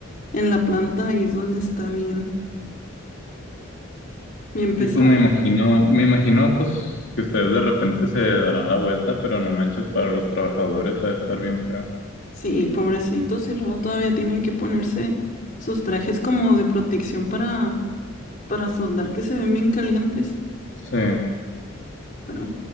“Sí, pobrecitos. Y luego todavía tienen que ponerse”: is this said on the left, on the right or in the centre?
Left